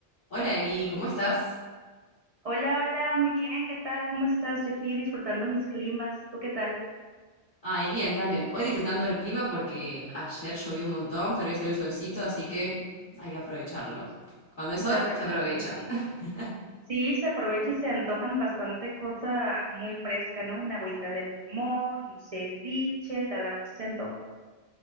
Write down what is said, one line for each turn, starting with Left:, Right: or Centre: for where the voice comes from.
Left: Hola Eli, ¿cómo estás?
Right: Hola, hola, muy bien, ¿qué tal? ¿Cómo estás? Yo aquí disfrutando mis climas, ¿tú qué tal?
Left: Ay, bien, también. Hoy disfrutando del clima porque ayer llovió un montón, pero hoy salió el solcito, así que hay que aprovecharlo. Cuando hay
Right: La
Left: sol,
Right: verdad
Left: se aprovecha.
Right: que sí.
Left: <laughs>
Right: Sí, se aprovecha y se antojan bastante cosa muy fresca, ¿no? Una agüita de limón, un ceviche, la verdad sí se antoja.